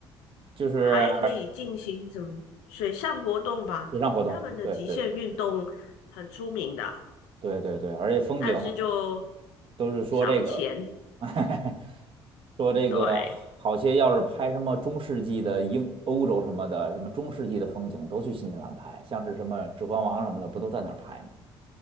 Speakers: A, on the right; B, on the left.
A: 就是。
B: 还可以进行什么水上活动吧。
A: 水上活动，
B: 他们的极限运动很出名的，
A: 对对对对对对对，而且风景
B: 但是就
A: 都是说这个，
B: 烧钱。
A: <laughs> 说这个好些要是拍什么中世纪的英欧洲什么的，
B: 对，
A: 什么中世纪的风景都去新西兰拍，像是什么《指环王》什么的，不都在那儿拍吗？